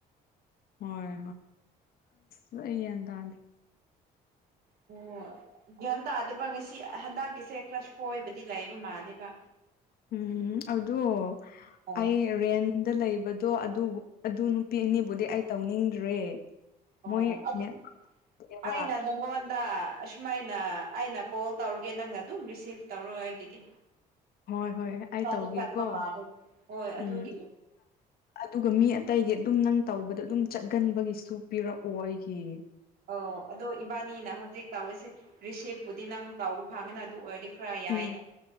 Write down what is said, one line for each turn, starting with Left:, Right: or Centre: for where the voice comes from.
Left: ꯍꯣꯏ ꯍꯣꯏ ꯑ ꯇ
Right: ꯑꯣ ꯒ꯭ꯌꯥꯟ ꯇꯥꯗꯦꯕ ꯉꯁꯤ ꯍꯟꯗꯛꯀꯤꯁꯦ ꯈꯔ ꯁꯣꯏꯕꯗꯤ ꯂꯩꯑꯕ ꯃꯥꯜꯅꯦꯦꯕ
Left: ꯎꯝ ꯑꯗꯨ
Right: ꯑꯣ
Left: ꯑꯩ ꯔꯦꯟ ꯗ ꯂꯩꯕꯗꯣ ꯑꯗꯨ ꯑꯗꯨ ꯅꯨꯄꯤ ꯑꯅꯤꯕꯨꯗꯤ ꯑꯩ ꯇꯧꯅꯤꯡꯗ꯭ꯔꯦ
Right: ꯑꯣ
Left: ꯃꯣꯏ
Right: ꯑꯗꯨ
Left: ꯅꯦꯠꯕ
Right: ꯍꯥꯏꯅ ꯅ ꯗ ꯑꯁꯨꯃꯥꯏꯅ ꯑꯩꯅ ꯀꯣꯜ ꯇꯧꯔꯒꯦ ꯅꯪꯅ ꯑꯗꯨꯝ ꯔꯤꯁꯤꯞ ꯇꯧꯔ ꯑꯩꯒꯤꯗꯤ
Left: ꯍꯣꯏ ꯍꯣꯏ ꯑꯩ
Right: ꯈꯔꯗꯤ
Left: ꯇꯧꯒꯦꯀꯣ
Right: ꯆꯠꯄ ꯃꯥꯜꯂꯦ ꯍꯣꯏ ꯑꯗꯨꯒꯤ
Left: ꯎꯝ ꯑꯗꯨꯒ ꯃꯤ ꯑꯇꯩꯒꯤ ꯑꯗꯨꯝ ꯅꯪ ꯇꯧꯕꯗ ꯑꯗꯨꯝ ꯆꯠꯒꯟꯕꯒꯤꯁꯨ ꯄꯤꯔꯛꯑꯣ ꯑꯩꯒꯤ
Right: ꯑꯣ ꯑꯗꯣ ꯏꯕꯥꯅꯤꯅ ꯍꯧꯖꯤꯛ ꯇꯥꯎꯁꯦ ꯔꯤꯁꯤꯞꯄꯨꯗꯤ ꯅꯪ ꯇꯥꯎꯕ ꯐꯪꯉꯤꯅ ꯑꯗꯨ ꯑꯣꯏꯔꯗꯤ ꯈꯔ ꯌꯥꯏꯅ
Left: ꯎꯝ